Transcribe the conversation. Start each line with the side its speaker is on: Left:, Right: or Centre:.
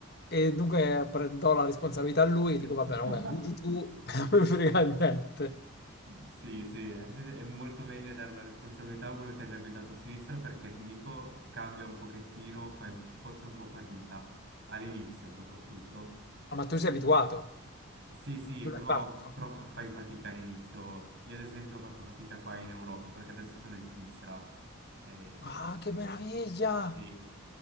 Left: E dunque prendo la responsabilità a lui, dico
Right: <laughs>
Left: va bene, vabbè, guidi tu, <laughs> non mi frega niente.
Right: Sì, Eh, sì, è è molto meglio dare la responsabilità a uno che ha già guidato a sinistra perché ti dico, cambia un pochettino, fai un- forse un po' fatica all'inizio soprattutto.
Left: Ah, ma tu sei abituato,
Right: Sì, sì,
Left: tu
Right: però,
Left: l'hai fatto.
Right: però fa- fai fatica all'inizio. Io ad esempio ho fatto fatica qua in Europa perché adesso sono in Svizzera. Eh,
Left: Ah, che meraviglia!
Right: sì,